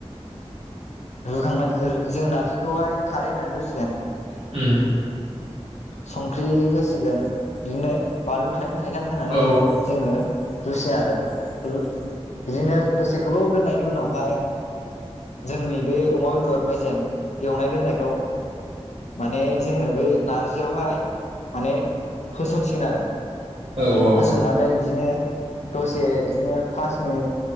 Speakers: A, on the left (about 85°); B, on the right (about 65°).
A: रुखांनो जों नारजिखौहाय खारै होनानै रुसिगोन
B: <unintelligible>
A: संख्रि होसिगोन बिदिनो बानलु थाइनै थाइथाम होनानै
B: औ
A: जोङो रुसिगोन आरो बिदिनो दसे गोबाव दोननायनि उनावहाय जोंनि बे अमा बेदर मेजेम एवनाय दोननायखौ माने जोङो बे नारजियावहाय माने होसनसिगोन आरो
B: औ उम
A: होसननानै इदिनो दसे बिदिनो फास मिनिट